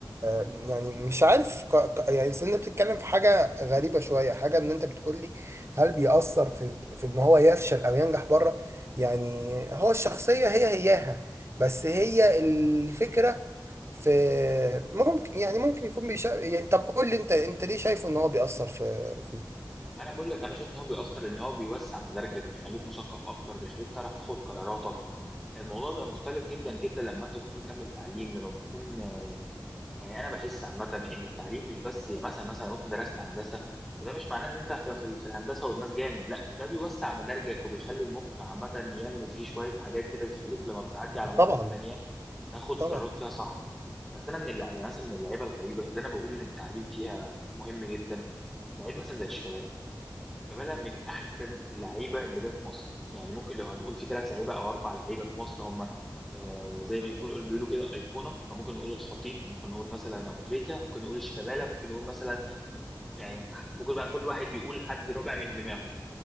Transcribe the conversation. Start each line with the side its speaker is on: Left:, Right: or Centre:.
Right: آه، يعني مش عارف ق- ق- يعني أصل انت بتتكلم في حاجة غريبة شوية حاجة ان انت بتقول لي هل بيأثر في في ان هو يفشل او ينجح بره يعني هو الشخصية هي هياها بس هي الفكرة في ممكن يعني ممكن يكون بيشا... يعني طب قول لي انت انت ليه شايفه ان هو بيأثر في فيه
Centre: انا بقول لك انا شايف ان هو بيأثر لان هو بيوسع مداركك بيخليك مثقف اكتر بيخليك تعرف تاخد قراراتك الموضوع بقى مختلف جدا جدا لما انت تكون مكمل تعليم لما بتكون آه، يعني انا بحس عامه ان التعليم مش بس يعني مثلا مثلا لو انت درست هندسه وده مش معناه ان انت هتبقى في ال- في الهندسه والماس جامد لا ده بيوسع مداركك وبيخلي المخ عامه ينمو فيه شويه حاجات كده بتخليك لما بتعدي على مواقف
Right: طبعا
Centre: تانية تاخد قرارات
Right: طبعا
Centre: فيها صح بس انا من اللعيبه يعني مثلا من اللعيبه الغريبه اللي انا بقول ان التعليم فيها مهم جدا لعيب مثلا زي شيكابالا شيكابالا من احسن اللعيبه اللي جت مصر يعني ممكن لو هنقول في ثلاث لعيبه او اربع لعيبه في مصر هم آه زي ما يكون بيقولوا كده ايقونه فممكن نقول الخطيب ممكن نقول مثلا ابو تريكه ممكن نقول شيكابالا ممكن نقول مثلا يعني ممكن بقى كل واحد يقول حد رابع من دماغه